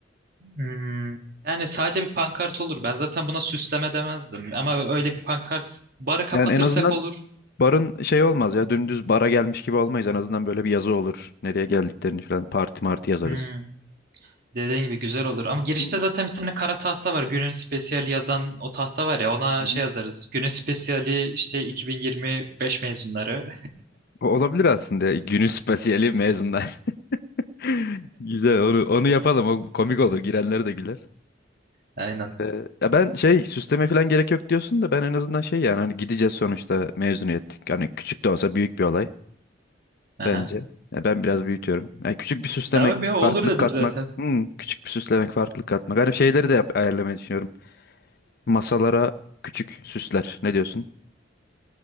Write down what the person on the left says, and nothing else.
Yani en azından
barın şey olmaz ya dümdüz bara gelmiş gibi olmayız. En azından böyle bir yazı olur. Nereye geldiklerini falan parti marti yazarız.
Hmm,
hı hı.
O olabilir aslında. Günün spesiyeli mezunlar. <laughs> Güzel onu onu yapalım. O komik olur. Girenler de güler.
Ee, ya ben şey süsleme falan gerek yok diyorsun da ben en azından şey yani hani gideceğiz sonuçta mezuniyet. Yani küçük de olsa büyük bir olay
bence. Ya ben biraz büyütüyorum. Yani küçük bir süslemek,
farklılık
katmak.
Hmm, küçük bir süslemek, farklılık katmak. Hani şeyleri de yap- ayarlamayı düşünüyorum. Masalara küçük süsler. Ne diyorsun?